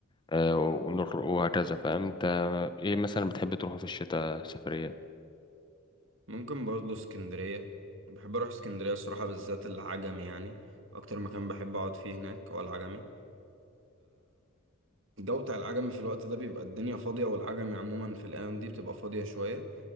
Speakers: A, on the left; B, on the right.
A: آه، ونخرج وهكذا فاهم انت ايه مثلا بتحب تروحها في الشتاء سفرية
B: ممكن برضه اسكندرية بحب أروح اسكندرية الصراحة بالذات العجمي يعني أكتر مكان بحب أقعد فيه هناك هو العجمي الجو بتاع العجمي في الوقت ده بيبقى الدنيا فاضية والعجمي عموما في الأيام دي بتبقى فاضية شوية